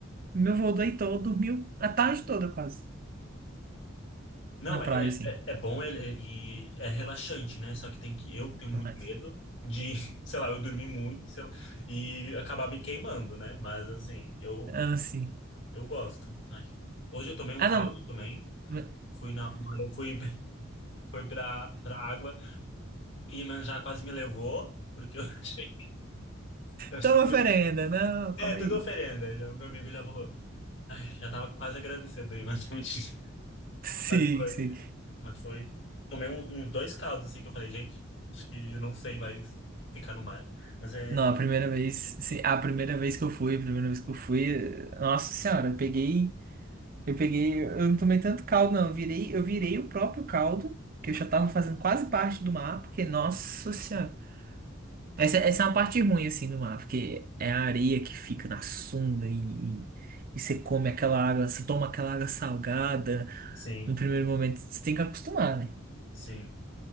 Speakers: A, on the right; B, on the left.
A: meu avô deitou, dormiu a tarde toda quase.
B: Não,
A: Na
B: é,
A: praia, sim.
B: é, é bom é- é- e é relaxante, né? Só que tem que eu
A: O
B: tenho muito
A: que mais?
B: medo de, <laughs> sei lá, eu dormir muito, sei lá, e acabar me queimando, né? Mas assim, eu
A: Ah, sim.
B: eu gosto. Ai. Hoje eu tomei um
A: Ah,
B: caldo
A: não.
B: também,
A: <laughs>
B: fui na eu fui <laughs> fui para para água e Iemanjá quase me levou, porque eu <laughs> achei eu achei
A: Toma
B: que
A: oferenda.
B: meu Deus.
A: Não,
B: É,
A: calma
B: tudo
A: aí.
B: oferenda. Já, meu amigo já falou. Ai, já tava quase agradecendo, aí, Iemanjá. <laughs>
A: Sim,
B: Mas foi.
A: sim.
B: Mas foi. Tomei um- uns dois caldos, assim, que eu falei, gente, acho que eu não sei mais ficar no mar. Mas é
A: Não,
B: divertido.
A: a primeira
B: divertido.
A: vez, sim, a primeira vez que eu fui, a primeira vez que eu fui, eh, nossa senhora, eu peguei, eu peguei, eu não tomei tanto caldo, não, eu virei, eu virei o próprio caldo, que eu já tava fazendo quase parte do mar, porque, nossa senhora, essa, essa é uma parte ruim, assim, do mar, porque é a areia que fica na sunga e, e, e você come aquela água, você toma aquela água salgada,
B: Sim,
A: no primeiro momento. Você tem que acostumar, né?
B: sim.